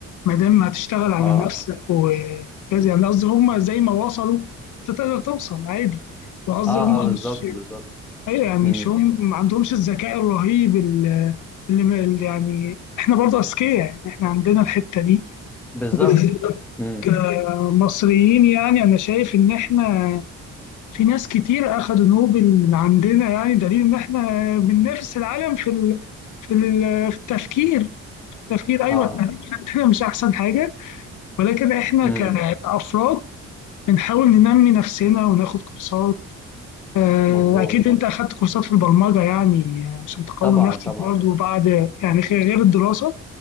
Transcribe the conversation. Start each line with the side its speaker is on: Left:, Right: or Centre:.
Left: ما دام هتشتغل على
Centre: اه
Left: نفسك وكذا يعني قصدي هم زي ما وصلوا انت تقدر توصل عادي وقصدي
Centre: اه
Left: هم
Centre: اه بالظبط
Left: مش
Centre: بالظبط
Left: ايوه يعني
Centre: امم
Left: مش هم ما عندهمش الذكاء الرهيب اللي, اللي يعني احنا برضه اذكياء يعني احنا عندنا الحتة دي
Centre: بالظبط
Left: وبالذات
Centre: امم
Left: كمصريين يعني انا شايف ان احنا في ناس كتير أخدوا نوبل من عندنا يعني دليل إن إحنا بننافس العالم في ال... في ال... في التفكير التفكير أيوه
Centre: اه
Left: التفكير عندنا مش أحسن حاجة ولكن إحنا
Centre: امم
Left: ك- كأفراد بنحاول ننمي نفسنا
Centre: أمم.
Left: وناخد كورسات آه،
Centre: مظبوط
Left: أكيد أنت أخدت كورسات في البرمجة يعني عشان تقوي
Centre: طبعا
Left: نفسك
Centre: طبعا
Left: برضه بعد يعني غير الدراسة